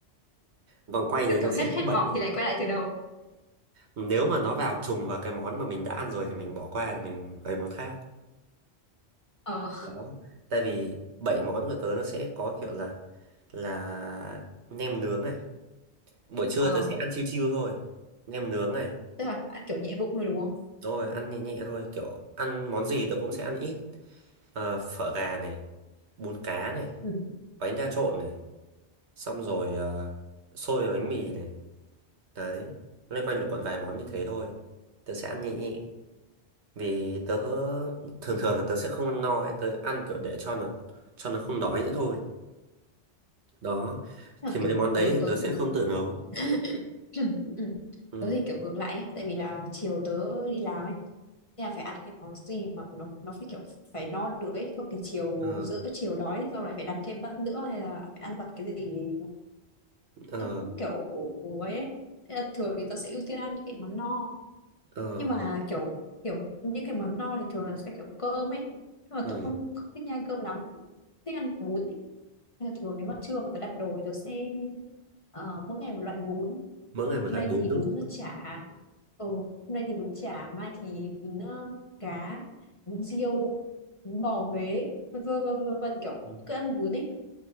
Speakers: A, on the right; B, on the left.
A: vòng quay đấy
B: Thế
A: nó
B: kiểu
A: sẽ
B: hết hết
A: có bảy,
B: vòng thì lại quay lại từ đầu.
A: nếu mà nó vào trùng vào cái món mà mình đã ăn rồi thì mình bỏ qua thì mình lấy món khác
B: Ờ
A: đó tại vì 7 món của tớ nó sẽ có kiểu là là nem nướng này buổi trưa
B: ờ
A: tớ sẽ ăn chiêu chiêu thôi nem nướng này
B: tức là bạn kiểu nhẹ bụng thôi đúng không?
A: Rồi ăn nhẹ nhẹ thôi kiểu ăn món gì tớ cũng sẽ ăn ít Ờ, phở gà này bún cá này
B: Ừ.
A: bánh đa trộn này xong rồi ờ, xôi và bánh mì này đấy loanh quanh được còn vài món như thế thôi tớ sẽ ăn nhẹ nhẹ vì tớ thường thường là tớ sẽ không ăn no ấy tớ ăn kiểu để cho nó cho nó không đói nữa thôi đó
B: Tức
A: thì
B: là
A: mấy
B: kiểu
A: món đấy
B: tớ
A: thì
B: tớ
A: tớ sẽ
B: thì ngược
A: không tự nấu
B: <coughs> Ừ.
A: ừ.
B: tớ thì kiểu ngược lại ấy. tại vì là chiều tớ đi làm ấy Thế là phải ăn cái món gì mà nó nó phải kiểu phải no nữa ấy không thì chiều
A: ờ,
B: giữa chiều đói rồi lại phải đặt thêm bát nữa hay là phải ăn vặt cái gì
A: ờ,
B: nó cũng kiểu ấy ấy. thế là thường thì tớ sẽ ưu tiên ăn những cái món no
A: ờ,
B: nhưng mà kiểu kiểu những cái món no thì thường là sẽ kiểu cơm ấy nhưng mà
A: ờ.
B: tớ không không thích nhai cơm lắm thích ăn bún ấy. Nên là thường nếu mà trưa mà tớ đặt đồ thì tớ sẽ ờ, mỗi ngày một loại bún hôm
A: mỗi ngày một
B: nay
A: loại bún
B: thì
A: đúng
B: bún
A: không
B: chả ừ, hôm nay thì bún chả mai thì bún ờ, cá bún riêu bún bò Huế vân vân vân vân vân kiểu
A: Ừ.
B: cứ ăn bún đi